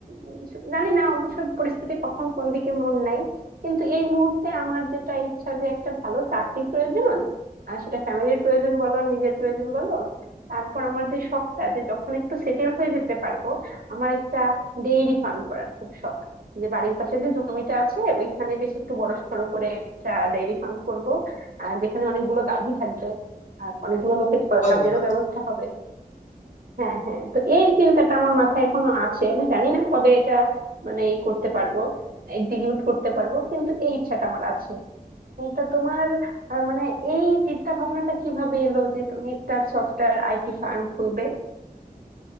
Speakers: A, on the right; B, on the left.
A: উম, জানি না অবশ্য পরিস্থিতি কখন কোন দিকে মন নেয় কিন্তু এই মুহূর্তে আমার যেটা ইচ্ছা যে একটা ভালো চাকরি প্রয়োজন আর সেটা ফ্যামিলির প্রয়োজন বলো আর নিজের প্রয়োজন বলো তারপর আমার যে শখটা যে যখন একটু সেটেল হয়ে যেতে পারবো আমার একটা ডেইরি ফার্ম করার খুব শখ যে বাড়ির পাশে যে জমিটা আছে ওইখানে বেশ একটু বড়সড় করে একটা ডেইরি ফার্ম করব আহ, যেখানে অনেকগুলো গাভী থাকবে আর অনেকগুলো লোকের
B: খুব
A: কা-
B: ভালো
A: কাজেরও
B: ব্যাপার
A: ব্যবস্থা
B: তো।
A: হবে হ্যাঁ হ্যাঁ তো এই চিন্তাটা আমার মাথায় এখনো আছে আমি জানি না কবে এটা মানে ই করতে পারবো এক্সিকিউট করতে পারবো কিন্তু এই ইচ্ছাটা আমার আছে এটা তোমার আহ, মানে এই চিন্তা ভাবনাটা কিভাবে এলো যে তুমি একটা সফটওয়্যার আইটি ফার্ম খুলবে